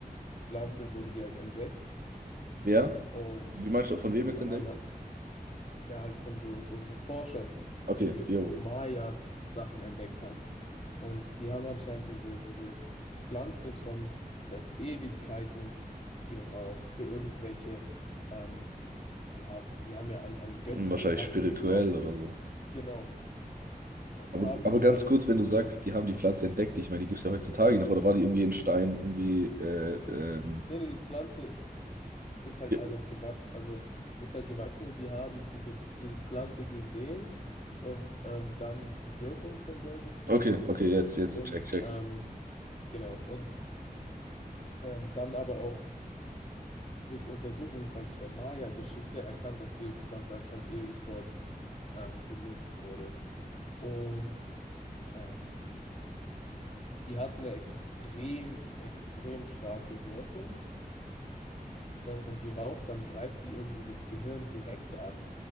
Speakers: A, on the left; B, on the right.
A: Pflanze, wurde die halt entdeckt
B: Ja?
A: und
B: Wie meinst du, von wem jetzt
A: dann
B: entdeckt?
A: haben ja, halt von so, so, so Forschern,
B: Okay,
A: die, die
B: jo.
A: so Maya-Sachen entdeckt haben. Und die haben anscheinend diese, diese Pflanze schon seit Ewigkeiten geraucht für irgendwelche, ähm, ja, sie haben ja an, an göttliche
B: Hm, Wahrscheinlich
A: Sachen
B: spirituell
A: geglaubt.
B: oder so.
A: Genau. Und
B: Aber,
A: haben
B: aber ganz
A: halt,
B: kurz, wenn du sagst, die haben die Pflanze entdeckt, ich meine, die gibt es ja heutzutage noch, oder war die irgendwie in Stein, irgendwie, äh, ähm,
A: nee, nee, die Pflanze ist halt
B: ja.
A: einfach gewachsen, also ist halt gewachsen und die haben diese, diese Pflanze gesehen und ähm, dann die Wirkung von der gefunden.
B: okay, okay, jetzt, jetzt,
A: Und
B: check, check.
A: ähm, Genau, und ähm, dann aber auch durch Untersuchungen praktisch der Maya-Geschichte erkannt, dass diese Pflanze halt schon ewig dort ähm, benutzt wurde. Und ähm, die hat eine extrem, extrem starke Wirkung. Wenn man die raucht, dann greift die irgendwie das Gehirn direkt an.